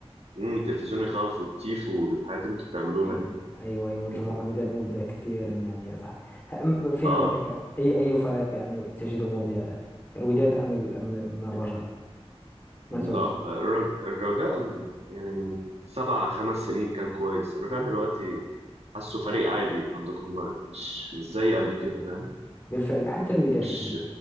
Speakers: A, on the right; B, on the left.
A: مم، التلفزيون يخوف والتيف والحاجات اللي انتوا بتعملوها
B: ايوه
A: دي
B: ايوه ايوه الجمهور
A: <laughs>
B: وداد مبدع كثيرا يعني صح م- في
A: اه
B: نظرك اي اي فريق يعني تجده مبدع الوداد ام ال- ام أم الرجاء منصور
A: لا
B: الرجاء
A: الرج... الرجاء يعني من سبع خمس سنين كان كويس الرجاء دلوقتي حاسه فريق عادي عندكم في المغرب مش مش زي قبل كده فاهم
B: بالفعل حتى الوداد
A: مش
B: الان